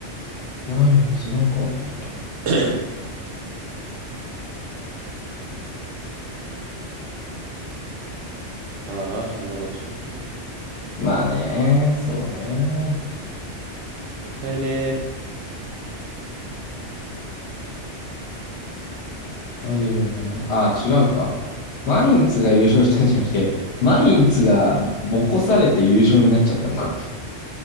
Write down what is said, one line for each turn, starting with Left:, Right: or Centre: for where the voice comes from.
Left: マインツなんかあったっけな
Right: <coughs> ああ、あんなことしなきゃ。
Left: まあね、そうね。
Right: もったいねえ。
Left: バイエルンがま、ああ、違うか。マインツが優勝したんじゃなくて、マインツがボコされて優勝になっちゃったのか。